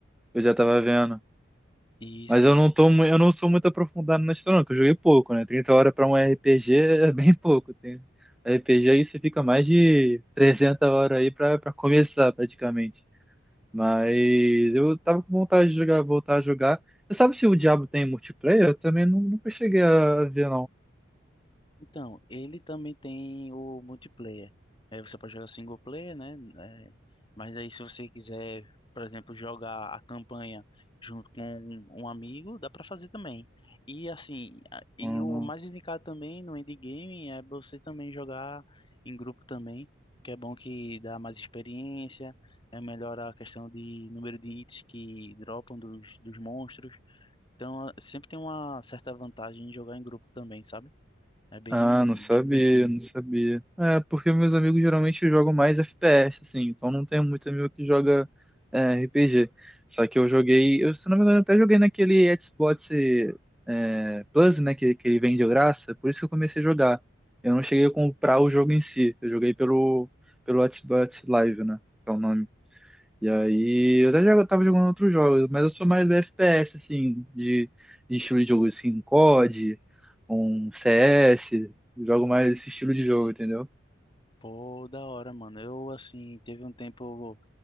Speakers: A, in the centre; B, on the left (about 25°).
A: Eu já tava vendo.
B: E isso,
A: Mas eu não tô, mu- eu não sou muito aprofundado na história, não, que eu joguei pouco, né? trinta horas pra um RPG é bem pouco. Tem RPG aí você fica mais de 300 horas aí pra, pra começar, praticamente. Mas eu tava com vontade de jogar, voltar a jogar. Você sabe se o Diablo tem multiplayer? Eu também nu- nunca cheguei a ver,
B: Então, ele também tem o multiplayer. É, você pode jogar single player, né? É, mas aí se você quiser, por exemplo, jogar a campanha junto com um um amigo, dá para fazer também. E assim, a- e
A: não.
B: o mais indicado também no endgame é você também jogar em grupo também, que é bom que dá mais experiência, é melhor a questão de número de hits que dropam dos, dos monstros. Então, é, sempre tem uma certa vantagem em jogar em grupo também, sabe? É bem,
A: Ah, não sabia,
B: bem divertido.
A: não sabia. É, porque meus amigos geralmente jogam mais FPS, assim, então não tenho muito amigo que joga é, RPG. Só que eu joguei, eu, se não me engano, até joguei naquele Xbox é, Plus, né, que, que ele vem de graça, por isso que eu comecei a jogar. Eu não cheguei a comprar o jogo em si, eu joguei pelo, pelo Xbox Live, né, que é o nome. E aí, eu até já tava jogando outros jogos, mas eu sou mais do FPS, assim, de, de estilo de jogo, assim, um COD, um CS, jogo mais esse estilo de jogo, entendeu?
B: Pô, da hora, mano. Eu, assim, teve um tempo,